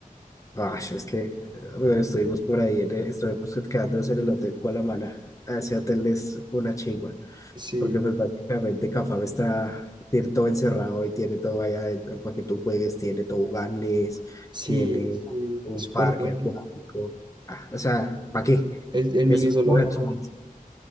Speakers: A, on the left; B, on the right.
A: Ah, es que eh, bueno, estuvimos por ahí, en estuvimos quedándonos en el Hotel Cualamana. Ese hotel es una chingua.
B: sí,
A: Porque pues básicamente Cafam está, tiene todo encerrado y tiene todo allá adentro para que tú juegues, tiene toboganes,
B: sí,
A: tiene
B: sí,
A: un un
B: es súper
A: parque
B: bueno.
A: acuático. Ah, o sea, ¿para qué?
B: El, el
A: Es
B: mini zoológico,
A: pura chimba.